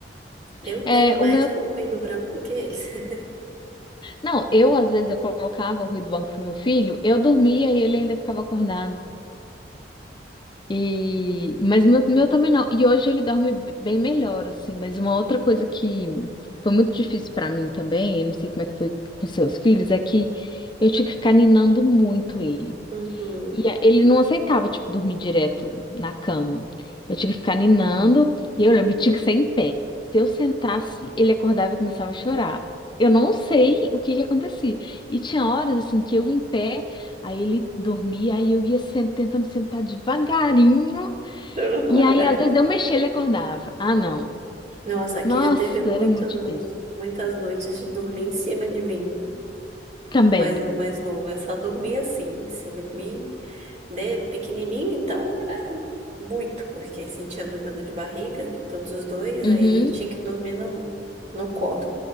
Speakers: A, on the right; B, on the left.
A: Eu tenho
B: É,
A: mais
B: o meu.
A: com ruído branco do que eles. <laughs>
B: Não, eu às vezes eu colocava o ruído do banco pro meu filho, eu dormia e ele ainda ficava acordado. E, mas meu, meu também não. E hoje ele dorme b- bem melhor, assim. Mas uma outra coisa que foi muito difícil pra mim também, eu não sei como é que foi com seus filhos, é que eu tinha que ficar ninando muito ele.
A: Uhum.
B: E a- ele não aceitava, tipo, dormir direto na cama. Eu tinha que ficar ninando, e eu lembro, tinha que ser em pé. Se eu sentasse, ele acordava e começava a chorar. Eu não sei o que que acontecia. E tinha horas, assim, que eu em pé, aí ele dormia, aí eu ia sen- tentando sentar devagarinho.
A: Eu não acordar.
B: E aí, às vezes, eu mexia, ele acordava. Ah, não.
A: Nossa, aqui
B: Nossa,
A: já teve muito,
B: era muito difícil.
A: muitas noites de dormir em cima de mim.
B: Também.
A: O mais, o mais novo, é só dormia assim, em cima de mim. De pequenininho, então, era muito, porque sentia muita dor de barriga, todos os dois,
B: Uhum.
A: aí tinha que dormir no, no colo.